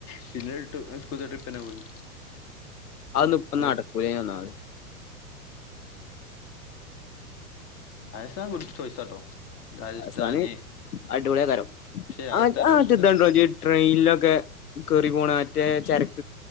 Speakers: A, on the left; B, on the left.
A: പിന്നട്ട് സ്കൂളത്തെ ട്രിപ്പ് തന്നെ പോയി
B: അതിന്നും ഇപ്പനടക്കൂലയിന്
A: അത്
B: ഒന്നാമത്
A: സ ചോയ്സാട്ടോ രാജസ്ഥാന്
B: അവസാന അടിപൊളിയന്നേരം
A: പക്ഷെ രാജസ്ഥാന്റെ
B: ആറ്റതണ്ടോ
A: പ്രശ്നംന്ന് വെച്ചാ
B: ജ്ജ് ട്രെയിനിലൊക്കെ കേറി പോണ റ്റെ ചരി <inaudible>